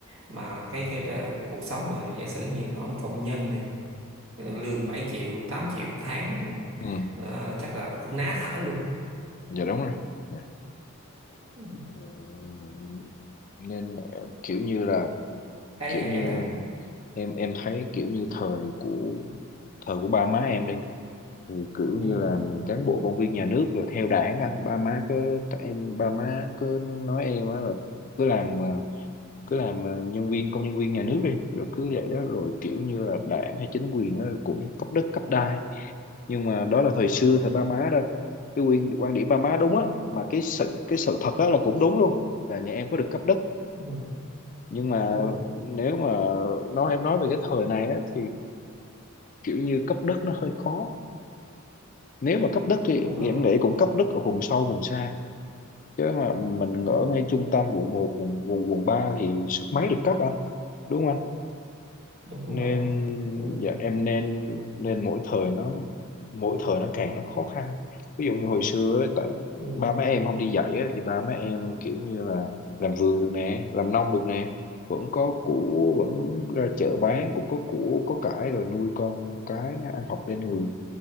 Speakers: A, on the right (about 65°); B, on the left (about 40°).
A: mà cái, cái ờ, cuộc sống mà giả sử như nó mà công nhân đi ờ, lương 7 triệu tám triệu một tháng
B: ừ
A: ừ, ờ, chắc là cũng ná thở luôn á.
B: dạ đúng rồi dạ.
A: Ừ.
B: Ừm, nên ờ, kiểu như là
A: cái
B: kiểu như
A: em thấy
B: em em thấy kiểu như thời của thời của ba má em đi thì kiểu như
A: ừ.
B: là cán bộ công viên nhà nước rồi theo đảng anh ba má cứ em ba má cứ nói em á là cứ làm ờ, cứ làm ờ, nhân viên công nhân viên nhà nước đi rồi cứ vậy đó rồi kiểu như là đảng hay chính quyền á cũng cấp đất cấp đai nhưng mà đó là thời xưa
A: Ừ.
B: thời ba má thôi cái quyền quan điểm ba má đúng
A: Ừ.
B: á mà cái sự cái sự thật á là cũng đúng luôn là nhà em có được cấp đất
A: Ừ.
B: nhưng mà
A: Ừ. ừ,
B: nếu mà nói em nói về cái thời này á, thì kiểu như cấp đất nó hơi khó nếu mà cấp đất thì
A: đúng
B: em
A: rồi
B: nghĩ cũng cấp đất ở vùng sâu vùng xa chứ mà mình
A: ừ.
B: ở ngay trung tâm quận một quận quận quận 3 thì sức mấy được cấp anh đúng
A: đúng rồi
B: nên
A: ừ.
B: dạ em nên nên mỗi thời nó mỗi thời nó càng nó khó khăn ví dụ như hồi xưa ấy, tại
A: Ừ.
B: ba má em không đi dạy á, thì ba má em kiểu như là làm vườn được nè làm nông được nè vẫn có củ vẫn ra chợ bán cũng có củ có cải rồi nuôi con cái ăn học lên người